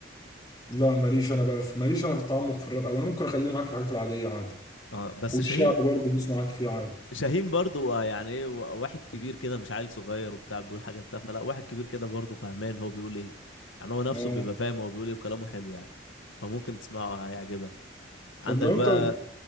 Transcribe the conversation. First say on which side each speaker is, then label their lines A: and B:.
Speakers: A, on the left; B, on the left.
A: لا ماليش انا بقى في ماليش انا في التعمق في الراب او انا ممكن اخليني معاك في الحاجات العاديه عادي
B: اه بس
A: والشعب
B: شاهين
A: برضه بيسمعك فيه عادي
B: شاهين برضو آه، يعني ايه وا- واحد كبير كده مش عيل صغير وبتاع بيقول حاجات تافهه لا واحد كبير كده برضو فهمان هو بيقول ايه يعني هو نفسه
A: اه
B: بيبقى فاهم هو بيقول ايه وكلامه حلو يعني فممكن تسمعه هيعجبك عندك
A: طب لو
B: بقى
A: انت